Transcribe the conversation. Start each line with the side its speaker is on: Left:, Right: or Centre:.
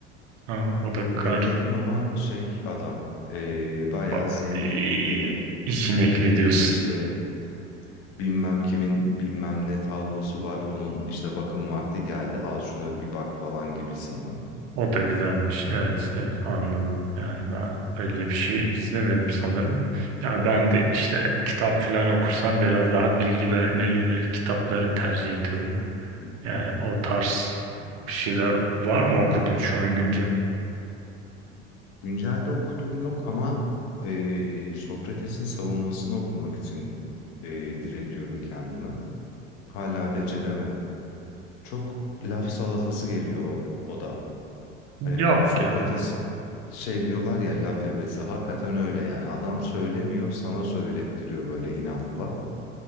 Right: Ha, o da
Left: Benim
Right: kar
Left: dediğim ama şey adam eee bayağı
Right: ba-
Left: zenginin
Right: e,
Left: biri.
Right: işin
Left: Diyor
Right: ehli
Left: ki evimde
Right: diyorsun.
Left: işte bilmem kimin bilmem ne tablosu var. Onun işte bakım vakti geldi. Al şunu bir bak falan gibisinden.
Right: O da güzelmiş. Evet, evet anladım. Yani ben öyle bir şey izlemedim sanırım da. Ya ben de işte kitap falan okursam biraz daha bilgi vermeye yönelik kitapları tercih ediyorum.
Left: Hmm.
Right: Yani o tarz bir şeyler var mı okudun şu an güncel?
Left: Güncelde okuduğum yok ama eee, Sokrates'in savunmasını okumak için eee, diretiyorum kendime. Hala beceremedim. Çok laf salatası geliyor o, o da. Hani
Right: Yok
Left: Sokrates
Right: ya.
Left: şey diyorlar ya laf ebesi. Hakikaten öyle yani. Adam söylemiyor, sana söylettiriyor böyle inatla.